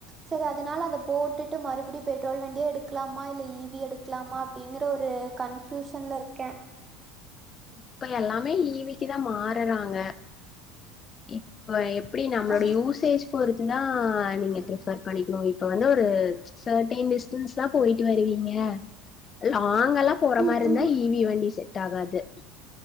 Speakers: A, on the right; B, on the left.
A: சரி அதனால அத போட்டுட்டு மறுபடியடி பெட்ரோல் வண்டியே எடுக்கலாமா இல்ல ஈவி எடுக்கலாமா அப்டிங்கற ஒரு கன்பியூஷன்ல இருக்கே
B: இப்ப எல்லாமே ஈவிக்கு தா மாறறாங்க இப்ப எப்டி நம்மளோட
A: ஆ
B: யூசேஜ் பொறுத்துனா நீங்க பிரிபேர் பண்ணிக்கணு இப்ப வந்து ஒரு சர்டைன் டிஸ்டன்ஸ்லா போயிட்டு வருவீங்க லாங்கால்லா போற
A: ம்
B: மாரி இருந்தா
A: ம்
B: ஈவி வண்டி செட் ஆகாது